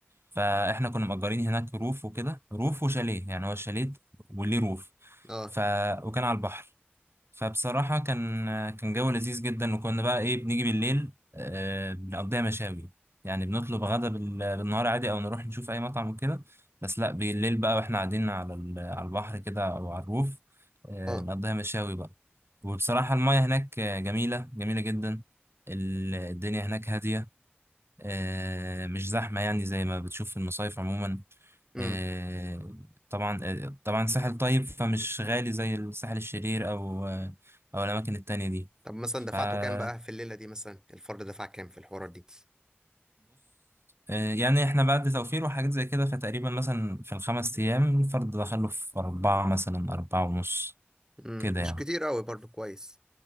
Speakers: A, on the right; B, on the right.
A: فاحنا كنا مأجرين هناك روف وكده روف وشاليه يعني هو الشاليه وليه روف
B: اه
A: ف وكان على البحر فبصراحة كان كان جو لذيذ جدا وكنا بقى إيه بنيجي بالليل آه، بنقضيها مشاوي يعني بنطلب غدا بال- بالنهار عادي أو نروح نشوف أي مطعم وكده بس لأ بالليل بقى وإحنا قاعدين على ال- على البحر كده أو على الروف آه،
B: اه
A: نقضيها مشاوي بقى وبصراحة المياه هناك آه، جميلة جميلة جدا ال- الدنيا هناك هادية آه، مش زحمة يعني زي ما بتشوف في المصايف عموما
B: امم
A: آه، طبعا آه، طبعا ساحل طيب فمش غالي زي الساحل الشرير أو آه، أو الأماكن التانية دي
B: طب مثلا
A: فبص
B: دفعته كام بقى في الليله دي مثلا الفرد دفع كام في الحوارات دي
A: آه، يعني احنا بعد توفير وحاجات زي كده فتقريبا مثلا في الخمس أيام الفرد دخله في أربعة مثلا أربعة ونص
B: امم
A: كده
B: مش
A: يعني
B: كتير قوي برضو كويس